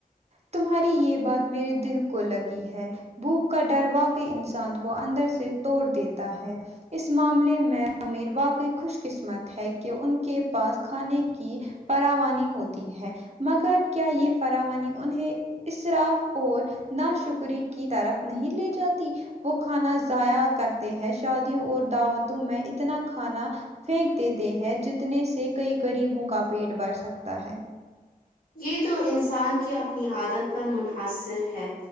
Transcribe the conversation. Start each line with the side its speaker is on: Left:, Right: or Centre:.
Right: تمہاری یہ بات میرے دل کو لگی ہے بھوک کا ڈر واقع انسان کو اندر سے توڑ دیتا ہے اس معاملے میں امیر واقعی خوش قسمت ہے کہ ان کے پاس کھانے کی فراوانی ہوتی ہے مگر کیا یہ فراوانی انہیں اسراف اور نا شکری کی طرف نہیں لے جاتی وہ کھانا ضائع کرتے ہیں شادیوں اور دعوتوں میں اتنا کھانا پھینک دیتے ہیں جتنے سے کئی گغریبوں کا پیٹ بھر سکتا ہے
Left: یہ تو انسان کی اپنی عادت پر منحصر ہے